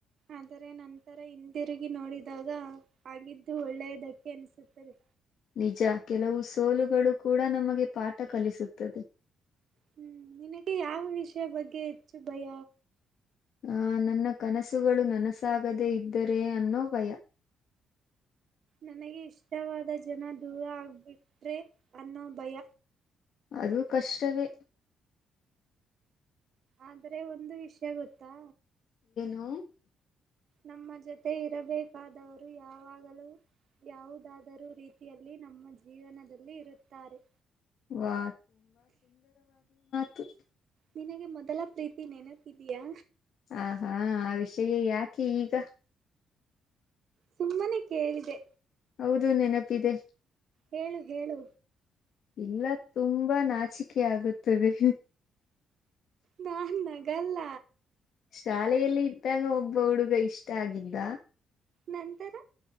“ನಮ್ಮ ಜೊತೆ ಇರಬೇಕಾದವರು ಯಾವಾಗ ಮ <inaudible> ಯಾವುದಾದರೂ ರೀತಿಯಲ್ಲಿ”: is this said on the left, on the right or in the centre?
Right